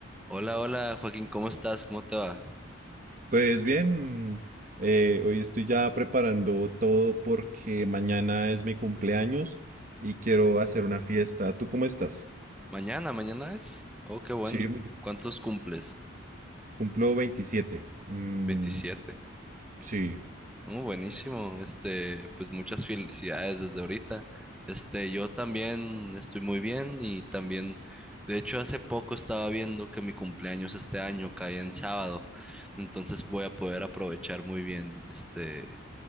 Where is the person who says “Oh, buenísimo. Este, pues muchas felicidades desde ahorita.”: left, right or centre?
Centre